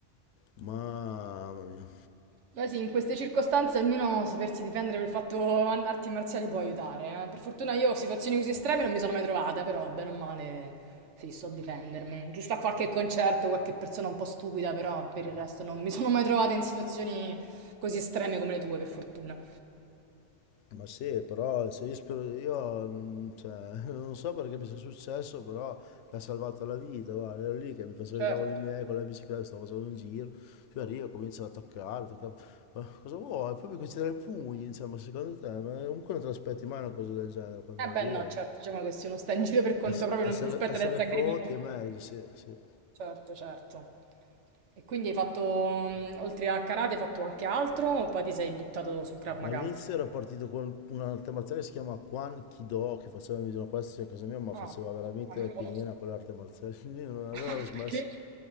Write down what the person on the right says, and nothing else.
Beh sì, in queste circostanze almeno sapersi difendere per il fatto an- arti marziali può aiutare. eh. Per fortuna io situazioni così estreme non mi sono mai trovata, però bene o male sì, so difendermi. Giusto a qualche concerto, qualche persona un po' stupida, però per il resto non mi sono mai trovata in situazioni così estreme come le tue, per fortuna.
Certo.
Eh
beh no,
certo, diciamo che se uno sta in giro per conto
proprio
non ti aspetta
di essere
aggredito.
Certo, certo. E quindi hai fatto, mm, oltre a karate, hai fatto anche altro o poi ti sei buttato sul Krav
Maga?
Ah,
ah, non lo
conosco.
<laughs>
Perché?